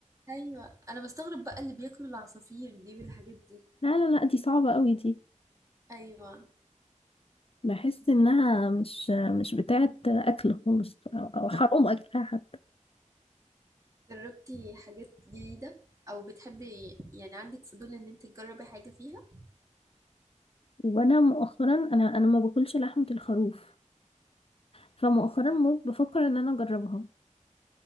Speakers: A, on the right; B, on the left.
A: ايوه انا بستغرب بقى اللي بياكلوا العصافير دي والحاجات دي
B: لا لا لا دي صعبه قوي دي
A: ايوه
B: بحس انها مش مش بتاعه اكل خالص او أو حرام
A: طب
B: اكلها حتى
A: جربتي حاجات جديدة أو بتحبي يعني عندك فضول إن أنت تجربي حاجة فيها
B: وانا مؤخرا انا انا ما باكلش لحمه الخروف فمؤخرا
A: اه
B: مو- بفكر ان انا اجربها